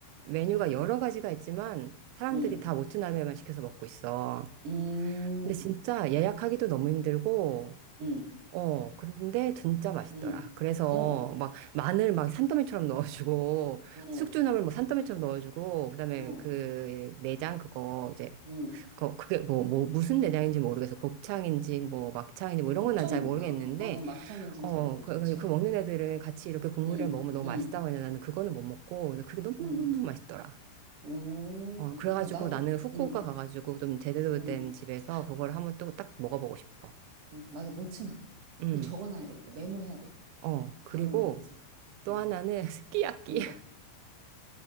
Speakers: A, on the right; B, on the right.
A: 메뉴가 여러 가지가 있지만 사람들이
B: 응,
A: 다 모츠나베만 시켜서 먹고 있어.
B: 응,
A: 근데 진짜 예약하기도 너무 힘들고
B: 응,
A: 어, 그런데 진짜 맛있더라.
B: 응,
A: 그래서
B: 어,
A: 막 마늘 막 산더미처럼 넣어주고,
B: 어,
A: 숙주나물 막 산더미처럼 넣어주고, 그다음에
B: 어,
A: 그 내장 그거 이제,
B: 응.
A: 그거 그게 뭐, 뭐 무슨 내장인지 모르겠어. 곱창인지 뭐 막창인지 뭐 이런
B: 곱창,
A: 건 난 잘 모르겠는데,
B: 어, 어, 어, 막창인지는
A: 어,
B: 잘 모르지,
A: 그,
B: 그치?
A: 그- 그 먹는 애들은 같이 이렇게 국물이랑
B: 응,
A: 먹으면 너무
B: 응,
A: 맛있다고 하는데 나는 그거는 못 먹고, 근데 그게 너무너무
B: 응.
A: 맛있더라.
B: 오,
A: 어, 그래가지고
B: 그렇구나. 나도,
A: 나는 후쿠오카
B: 응,
A: 가가지고 좀 제대로
B: 응.
A: 된 집에서
B: 아,
A: 그걸 한번 또 딱 먹어보고 싶어.
B: 어, 맞아. 모츠나베.
A: 음,
B: 그 적어놔야 되겠다. 메모해야 되겠다.
A: 어, 그리고,
B: 다음을 위해서.
A: 또
B: 어,
A: 하나는 <laughs> 스키야키.
B: 어.